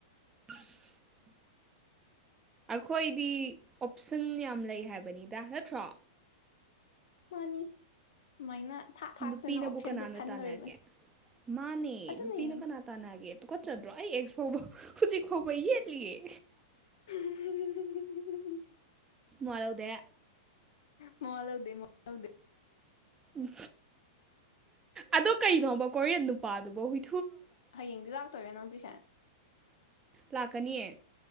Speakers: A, on the right (about 20°); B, on the left (about 65°).
A: <unintelligible> ꯑꯩꯈꯣꯏꯗꯤ ꯑꯣꯞꯁꯟ ꯌꯥꯝ ꯂꯩ ꯍꯥꯏꯕꯅꯤꯗ ꯅꯠꯇ꯭ꯔꯣ
B: ꯃꯥꯅꯤ ꯁꯨꯃꯥꯏꯅ ꯊꯥꯛ ꯊꯥꯛꯇꯅ
A: ꯅꯨꯄꯤꯅꯕꯨ
B: ꯑꯣꯞꯁꯟꯁꯦ
A: ꯀꯅꯥꯅ
B: ꯈꯟꯗꯣꯔꯤꯕꯅꯤ
A: ꯇꯥꯟꯅꯒꯦ ꯃꯥꯅꯦ
B: ꯑꯗꯨꯅꯦ
A: ꯅꯨꯄꯤꯅ ꯀꯅꯥ ꯇꯥꯟꯅꯒꯦ ꯨ ꯀꯠꯆꯗ꯭ꯔꯣ ꯑꯩ ꯑꯦꯛꯁ ꯐꯥꯎꯕ ꯍꯧꯖꯤꯛ ꯐꯥꯎꯕ ꯌꯦꯠꯂꯤꯌꯦꯦ
B: <unintelligible>
A: ꯃꯔꯊꯧꯗꯦ
B: ꯃꯣ ꯂꯥꯎꯗ ꯃꯣ ꯂꯧ
A: ꯎ ꯑꯗꯣ ꯀꯩꯅꯣꯕ ꯀꯣꯔꯤꯌꯟ ꯅꯨꯄꯥꯗꯨꯕ ꯍꯨꯏ
B: ꯍꯌꯦꯡꯗꯤ ꯂꯥꯛꯆꯔꯦ ꯅꯪ ꯇꯨꯏꯁꯦꯟ
A: ꯂꯥꯛꯀꯅꯤꯌꯦ